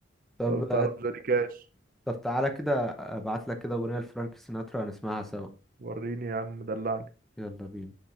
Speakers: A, in the centre; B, on the right (about 45°).
A: طب
B: لو تعرف
A: آه،
B: جوني كاش
A: طب تعالى كده ابعت لك كده اغنيه لفرانك سيناترا هنسمعها سوا
B: وريني يا عم دلعني
A: يلا بينا